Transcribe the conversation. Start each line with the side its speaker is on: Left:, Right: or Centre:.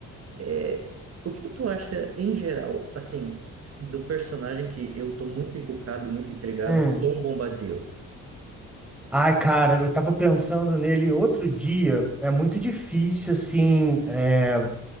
Right: É, o que que tu acha em geral, assim, do personagem que eu tô muito encucado e muito intrigado,
Centre: Hum.
Right: Tom Bombadil?
Centre: Ai, cara, eu tava pensando nele outro dia. É muito difícil, assim, é,